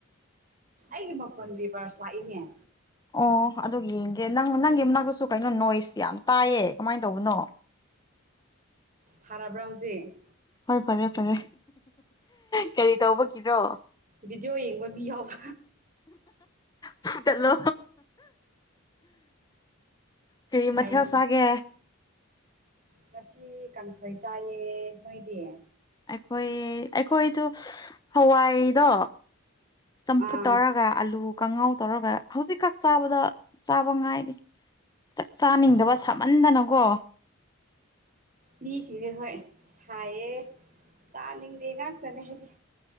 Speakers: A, on the right; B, on the left.
A: ꯑꯩꯒꯤ ꯃꯈꯣꯟ ꯔꯤꯚꯔꯁ ꯂꯥꯛꯏꯅꯦ
B: ꯑꯣ ꯑꯗꯨꯒꯤꯡ ꯑꯦ ꯅꯪ ꯅꯪꯒꯤ ꯃꯅꯥꯛꯇꯁꯨ ꯀꯩꯅꯣ ꯅꯣꯏꯁ ꯌꯥꯝ ꯇꯥꯏꯌꯦ ꯀꯃꯥꯏꯅ ꯇꯧꯕꯅꯣ
A: ꯐꯔꯔꯕ꯭ꯔꯥ ꯍꯧꯖꯤꯛ
B: ꯍꯣꯏ ꯐꯔꯦ ꯐꯔꯦ ꯀꯔꯤ ꯇꯧꯕꯒꯤꯔꯣ
A: ꯕꯤꯗꯤꯑꯣ ꯌꯦꯡꯕ ꯃꯤ ꯌꯥꯎꯕ
B: ꯄꯗꯂꯣ ꯀꯔꯤ ꯃꯊ
A: ꯑꯩ
B: ꯆꯒꯦ
A: ꯉꯁꯤ ꯀꯥꯡꯁꯣꯏ ꯆꯥꯏꯌꯦ ꯅꯣꯏꯗꯤꯌꯦ
B: ꯍꯣꯏ ꯑꯩꯈꯣꯏꯗ ꯍꯋꯥꯏꯗꯣ ꯁꯄꯨ
A: ꯑꯥ
B: ꯇꯔꯒ ꯑꯜꯂꯨ ꯀꯥꯡꯉꯥꯎ ꯇꯧꯔꯒ ꯍꯧꯖꯤꯛꯈꯛ ꯆꯥꯕꯗ ꯆꯥꯕ ꯉꯥꯏꯔꯤ ꯆꯥꯛ ꯆꯥꯅꯤꯡꯗꯕ
A: ꯑꯣ
B: ꯁꯥꯃꯟꯗꯅꯀꯣ
A: ꯃꯤꯁꯤꯡꯁꯦ ꯍꯣꯏ ꯁꯥꯏꯌꯦ ꯆꯥꯅꯤꯡꯗꯦ ꯉꯥꯛꯇꯅꯦ ꯍꯥꯏꯗꯤ